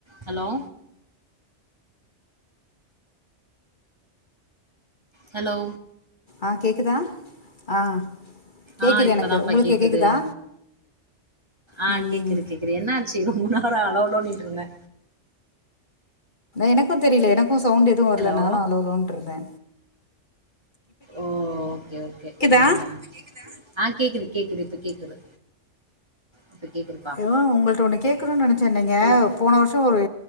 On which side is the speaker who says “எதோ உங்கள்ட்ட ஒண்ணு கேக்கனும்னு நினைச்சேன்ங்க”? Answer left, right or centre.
Left